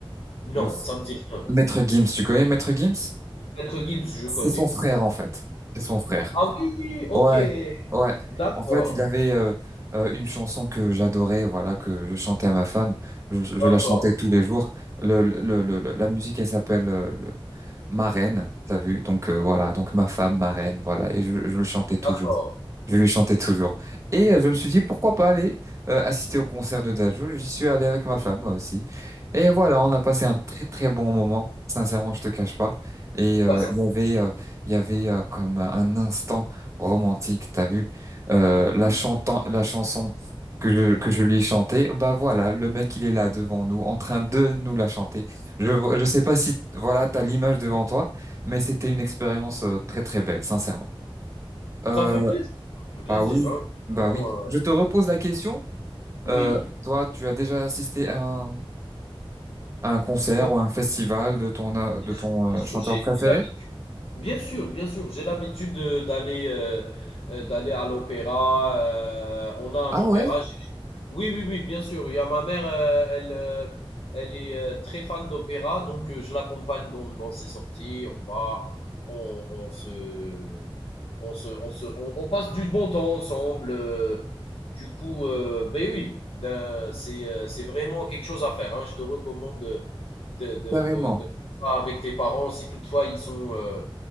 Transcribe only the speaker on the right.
Le
Maître Gims, tu connais Maître Gims?
C'est
son
frère, en fait. C'est son frère.
Ouais, ouais.
En fait, il avait euh, euh, une chanson que j'adorais, voilà, que je chantais à ma femme. Je, je
la chantais tous les jours. Le, le, le- le- la musique, elle s'appelle euh, le- Ma Reine, t'as vu? Donc euh, voilà, donc ma femme, ma reine, voilà. Et je, je le chantais toujours.
Je lui chantais toujours. Et euh, je me suis dit, pourquoi pas aller euh, assister au concert de Dajo. J'y suis allé avec ma
femme, moi aussi. Et voilà, on a passé un très très bon moment. Sincèrement, je te cache pas. Et euh,
il y avait, euh, il y avait euh, comme un instant romantique, t'as vu? Euh, la
chantant, la chanson que je, que je lui ai chantée, bah voilà, le mec, il est là devant nous, en train de nous la chanter. Je, vo- je sais pas si, voilà, t'as l'image devant toi, mais c'était une expérience euh, très très belle, sincèrement. Euh,
bah oui,
bah
oui.
Je te repose la question.
Euh, toi, tu as déjà assisté à un, à un concert
ou à un festival de ton, euh, de
ton
euh, chanteur
préféré?
Ah
ouais,
carrément,